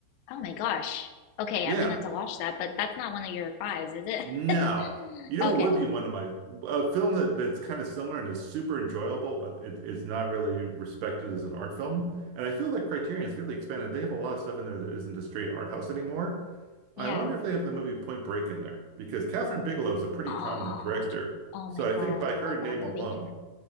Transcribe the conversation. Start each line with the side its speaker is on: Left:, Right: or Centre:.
Left: Oh my gosh. Okay,
Right: Yeah.
Left: I'm gonna have to watch that, but that's not one of your fives, is it?
Right: No.
Left: <laughs>
Right: You know
Left: Okay.
Right: what would be one of my a film that that's kind of similar and is super enjoyable, but it, it's not really respected as an art film. And I feel that Criterion's really expanded. They have a lot of stuff in there that isn't a straight art house anymore. I
Left: Yeah.
Right: wonder if they have the movie Point Break in there because Catherine Bigelow is a pretty
Left: Oh,
Right: prominent director.
Left: oh
Right: So
Left: my God,
Right: I think by
Left: I love
Right: her name
Left: that movie.
Right: alone,